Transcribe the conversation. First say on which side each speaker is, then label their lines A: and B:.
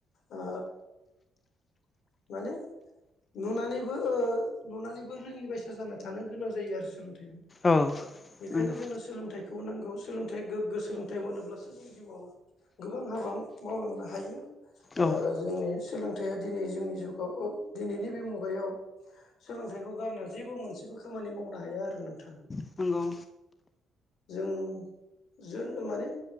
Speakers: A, on the left; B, on the left.
A: आ माने नुनानैबो नुनानैबो रोङि बायसा जाना थानो गोनां जायो आरो, सोलोंथाइया
B: औ
A: बेखायनो
B: नंगौ
A: जोंनो सोलोंथाइखौबो नांगौ सोलोंथाइ गोग्गो सोलोंथाइ मोनोब्लासो जों जिउआव गोबां हाबा मावलांनो हायो
B: औ
A: जोंनि सोलोंथाइया दिनै जोंनि जुगाव औ दिनैनि बे मुगायाव सोलोंथाइखौ गारना जेबो मोनसेबो खामानि मावनो हाया आरो नोंथां।
B: नंगौ।
A: जों ज माने